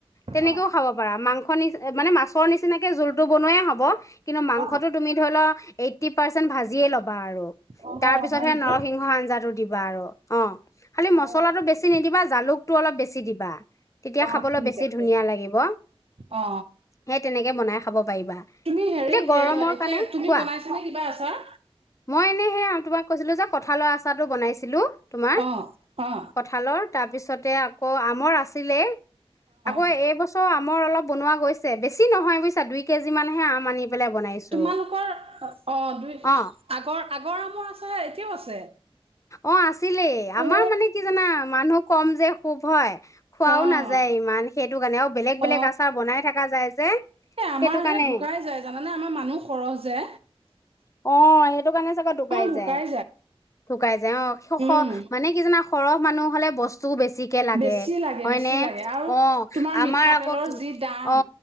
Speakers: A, on the left; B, on the right.
A: তেনেকেও
B: অ
A: খাব পাৰা মাংস খনি মানে মাছৰ নিচিনাকে জোলখিনি বনোৱায়ে হ'ব। কিন্তু মাংসটো
B: অ
A: তুমি ধৰি লোৱা এইটি পাৰ্চেন্ট ভাজিয়ে ল'ব বাৰু
B: অ অ
A: তাৰ পিছতহে
B: হয় নেকি
A: নৰসিংহ আঞ্জাটো দিবা আৰু অ খালি
B: অ
A: মছলাটো
B: ঠিক
A: বেছি নিদিবা
B: আছে
A: জালুকটো অলপ বেছি দিবা। তেতিয়া
B: অ
A: খাবলৈ
B: ঠিক
A: বেছি
B: আছে
A: ধুনীয়া লাগিব।
B: অ
A: সেই তেনেকে বনাই খাব পাৰিবা।
B: তুমি হেৰি
A: এতিয়া গৰমৰ
B: এতিয়া
A: কাৰণে
B: তুমি
A: কোৱা
B: বনাইছানে কিবা আচাৰ
A: মই এনেই সেয়া আৰু তোমাক কৈছিলো যে কঁঠালৰ আচাৰটো বনাইছিলোঁ তোমাৰ
B: অ অ
A: কঁঠালৰ তাৰপিছত তে আকৌ আমৰ আছিলে আকৌ
B: অ
A: এই বছৰ আমৰ অলপ বনোৱা গৈছে। বেছি নহয় বুজিছা দুই কেজি মানহে আম আনি। পেলাই বনাইছো।
B: তোমালোকৰ অ দুই
A: অ
B: আগৰ আগৰ আমৰ আছে এতিয়াও আছে
A: অ আছিলে আমাৰ
B: অ
A: মানে কি জানা মানুহ কম যে হোভয় খোৱাও
B: অ
A: নাযায় ইমান সেটো কাৰণে আৰু বেলেগ বেলেগ
B: অ
A: আচাৰ বনাই থকা যায় যে
B: এ আমাৰ
A: সেটো কাৰণে।
B: হে ঢুকাই যায় জানানে আমাৰ মানুহ সৰহ যে
A: অ সেইটো কাৰণে তে দুকাই
B: আমাৰ ঢুকাই
A: যায়। ঢুকাই যায়। অঃ খ খ
B: উম
A: মানে কিজানা সৰহ মানুহ হ'লে বছ তু বেছিকে লাগে
B: বেছি লাগে
A: হয়নে?
B: বেছি লাগে আৰু
A: অ
B: তোমাৰ
A: আমাৰ
B: মিঠাতেলৰ
A: আকৌ কি
B: যি দাম
A: অ